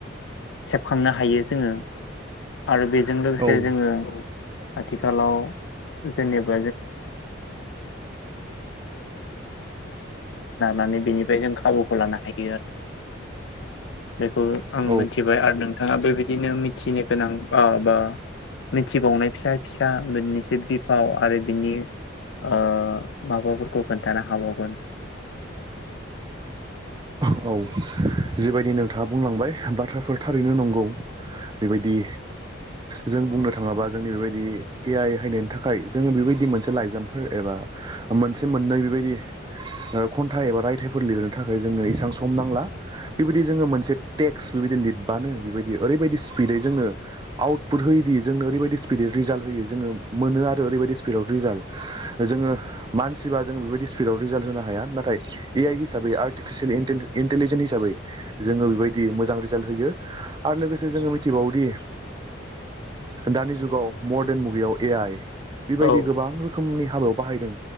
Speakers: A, on the left (about 70°); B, on the right (about 20°).
A: सेबखांनो हायो जोङो आरो बेजों लोगोसे
B: औ
A: जोङो आथिखालाव जेनेब बेनिफ्राय जों खाबुखौ लानो हायो आरो बेखौ आं
B: औ
A: मोनथिबाय आरो नोंथाङा बेबायदिनो मिथिनो गोनां बा मिथिबावनाय फिसा फिसा मोननैसो बिफाव आरो बिनि ओ माबाफोरखौ खोन्थानो हाबावगोन।
B: औ जिबायदि नोंथाङा बुंलांबाय बाथ्राफोर थारैनो नंगौ बेबायदि जों बुंनो थाङाबा जोंनि बेबायदि ए आइ हायनायनि थाखाय जोङो बेबायदि मोनसे लाइजामफोर एबा मोनसे मोननै बेबायदि खन्थाइ एबा रायथाइफोर लिरनो थाखाय जोङो इसां सम नांला बेबायदि जोङो मोनसे टेक्स बेबायदि लिरबानो बेबायदि ओरैबायदि स्पिदै जोंनो आउटपुट होयोदि जोंनो ओरैबायदि स्पिदै रिजाल्ट होयै जोङो मोनो आरो ओरैबायदि स्पिडाव रिजाल्ट जोङो मानसिबा जों बेबायदि स्पिडआव रिजाल्ट होनो हाया नाथाय ए आइ हिसाबै आ र्टिफिसियेल इन्टेलिजेन्स हिसाबै जोङो बेबायदि मोजां रिजाल्ट होयो। आरो लोगोसे जोङो मिथिबावोदि दानि जुगाव मदन मुगायाव ए आइ बेबायदि
A: औ
B: गोबां रोखोमनि हाबा बाहायदों